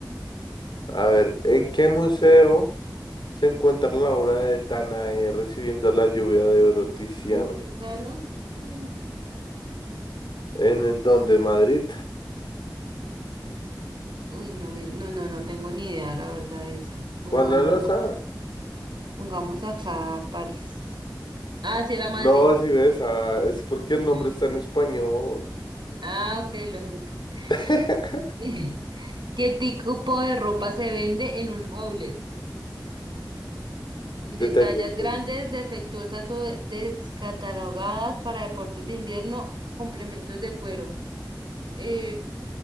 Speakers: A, on the left; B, on the right.
A: A ver, ¿en qué museo se encuentra la obra de Danae recibiendo la lluvia de Oro Tiziano?
B: De Tizano. mm.
A: ¿En el donde Madrid?
B: Uy, no, me- no, no, no tengo ni idea, la verdad, de esa. Pongamos,
A: Juan Lalazar.
B: pongamos acá París. Ah, sí, era
A: No,
B: Madrid.
A: si ves, ah, es porque el
B: <laughs>
A: nombre está en español.
B: Ah, ok, lógico. <laughs>
A: <laughs>
B: ¿Qué qué tipo de ropa se vende en un outlet? De
A: Detalles
B: tallas
A: grandes.
B: grandes, defectuosas o de- descatalogadas para deportes de invierno, complementos de cuero. Eh,